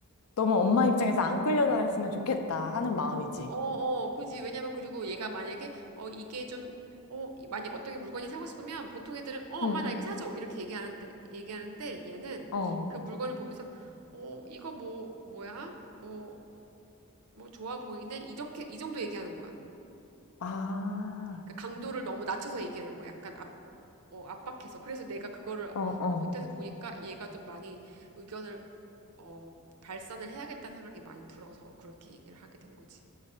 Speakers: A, on the left; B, on the right.
A: 너무 엄마 입장에서 안 끌려다녔으면 좋겠다 하는 마음이지.
B: 어, 어, 그지. 왜냐면 그리고 얘가 만약에 어 이게 좀 어, 이- 만약 어떤 게 물건이 사고 싶으면 보통 애들은 어,
A: 응,
B: 엄마 나 이거 사줘. 이렇게 얘기하는데 얘기하는데 얘는
A: 어.
B: 그 물건을 보면서 어, 이거 뭐 뭐야? 뭐 뭐 좋아 보이네. 이렇게 이 정도 얘기하는 거야.
A: 아,
B: 그러니까 강도를 너무 낮춰서 얘기하는 거야. 약간 압, 어, 압박해서. 그래서 내가 그거를
A: 어, 어.
B: 겉에서 보니까 얘가 좀 많이 의견을 어, 발산을 해야겠다는 생각이 많이 들어서 그렇게 얘기를 하게 된 거지.